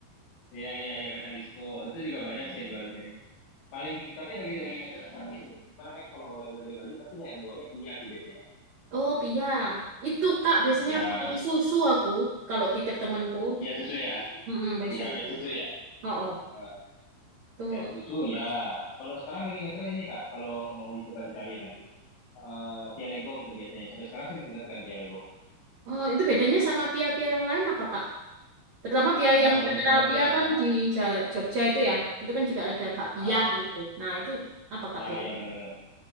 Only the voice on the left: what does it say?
Iya iya iya kacang disco itu juga banyak sih yang jual di sini. Paling tapi lagi lagi ngetren sekarang ini apa namanya kalau oleh-oleh dari Bali pasti ya bawanya kia sih biasanya.
Ya
dia susu ya,
iya
dia susu ya.
Eh,
dia susu
ya. Kalau sekarang lagi ngetren ini Kak, kalau mau dicoba dicari nanti. Eh pialegong tuh biasanya sampai sekarang sih masih ngetren pialegong.
Nah
kalau
misalnya kayak
ah
ya
ya benar-benar.